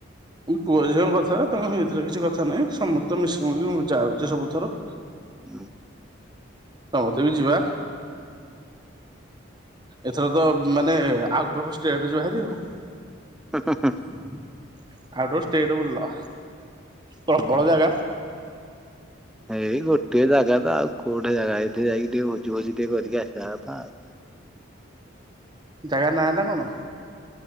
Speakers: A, on the right; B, in the centre.
A: ପୁଅ ଝିଅଙ୍କ କଥା ତମ ହେଇତିରେ କିଛି କଥା ନାହିଁ ସମସ୍ତେ ମିଶୁ ମିଶୁ ଯାଉଛି ସବୁଥର।
B: ଉଁ।
A: ସ ମତେ ବି ଯିବା। ଏଥର ତ ମାନେ ଆଉଟ୍ ଅଫ୍ ଷ୍ଟେଟ ଯିବା ହାରି ଆଉ।
B: ହୁଁ ହୁଁ ହୁଁ।
A: ଆଉଟ ଅଫ ଷ୍ଟେଟ ବୁଲ ପ୍ରବଳ ଜାଗା।
B: ଏଇ ଗୋଟେ ଜାଗା ତ ଆଉ କୋଉଟେ ଜାଗା ଏଇଠି ଯାଇକି ଟିକେ ଭୋଜି ଫୋଜୀ ଟିକେ କରିକି ଆସିବା କଥା ଉ।
A: ଜାଗା ନାଁଟା କଣ?